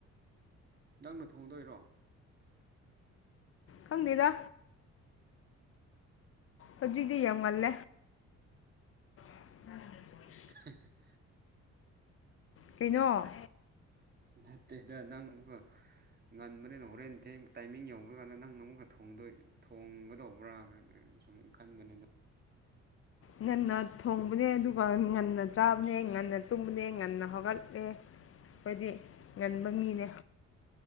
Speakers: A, on the right; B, on the left.
A: ꯅꯪꯅ ꯊꯣꯡꯗꯣꯏꯔꯣ
B: ꯈꯪꯗꯦꯗ ꯍꯧꯖꯤꯛꯇꯤ ꯌꯥꯝ ꯉꯜꯂꯦ <unintelligible>
A: <unintelligible>
B: ꯀꯩꯅꯣ
A: ꯅꯠꯇꯦꯗ ꯅꯪ ꯑꯃꯨꯛꯀ ꯉꯟꯕꯅꯤꯅ ꯍꯣꯔꯦꯟ ꯊꯦꯡ ꯇꯥꯏꯃꯤꯡ ꯌꯧꯕ ꯀꯥꯟꯗ ꯅꯪꯅ ꯑꯃꯨꯛꯀ ꯊꯣꯡꯗꯣꯏ ꯊꯣꯡꯒꯗꯧꯕ꯭ꯔꯥꯒꯅ ꯁꯨꯝ ꯈꯟꯕꯅꯤꯗ
B: ꯉꯟꯅ ꯊꯣꯡꯕꯅꯦ ꯑꯗꯨꯒ ꯉꯟꯅ ꯆꯥꯕꯅꯦ ꯉꯟꯅ ꯇꯨꯝꯕꯅꯦ ꯉꯟꯅ ꯍꯧꯒꯠꯂꯦ ꯑꯩꯈꯣꯏꯗꯤ ꯉꯟꯕ ꯃꯤꯅꯦ